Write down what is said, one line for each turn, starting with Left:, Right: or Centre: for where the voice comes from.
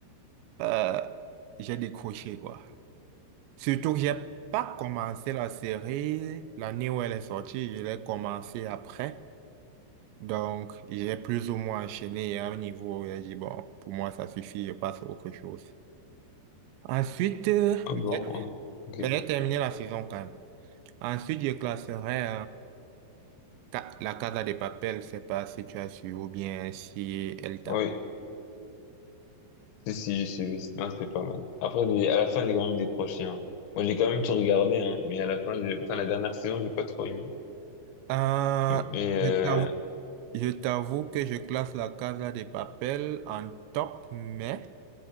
Right: Euh, j'ai décroché, quoi. Surtout que j'ai pas commencé la série l'année où elle est sortie, je l'ai commencé après. Donc, j'ai plus ou moins enchaîné à un niveau où j'ai dit, bon, pour moi, ça suffit, je passe à autre chose. Ensuite, euh,
Left: Ah
Right: mais
Left: bon,
Right: j'ai
Left: ouais.
Right: mais
Left: Ok.
Right: j'ai terminé la saison quand même. Ensuite, je classerai Ca- La Casa de Papel, c'est pas si tu as su ou bien si elle t'a...
Left: Ah Oui. Si, si, j'ai suivi. Non, c'était pas mal. Après, j'ai- à la fin, j'ai quand même décroché, hein. Moi, j'ai quand même tout regardé, hein. Mais à la fin, j'ai- enfin, la dernière saison, j'ai pas trop aimé.
Right: Ah,
Left: Mais, euh...
Right: je t'avoue je t'avoue que je classe la Casa de Papel en top, mais